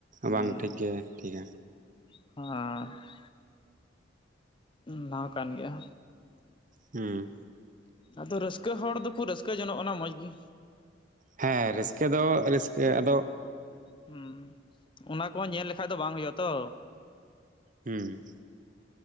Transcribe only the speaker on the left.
ᱦᱩᱸ
<unintelligible> ᱚᱱᱟ ᱦᱚ ᱠᱟᱱ ᱜᱮᱭᱟ᱾
ᱟᱫᱚ ᱨᱟᱹᱥᱠᱟᱹ ᱦᱚᱲ ᱫᱚᱠᱚ ᱨᱟᱹᱥᱠᱟᱹ ᱡᱚᱱᱚᱜ ᱠᱟᱱᱟ ᱢᱚᱡᱽ ᱜᱮ᱾
ᱦᱩᱸ, ᱚᱱᱟ ᱠᱚᱦᱚᱸ ᱧᱮᱞ ᱞᱮᱠᱷᱟᱡ ᱫᱚ ᱵᱟᱝ ᱦᱩᱭᱩᱜᱼᱟ ᱛᱚ᱾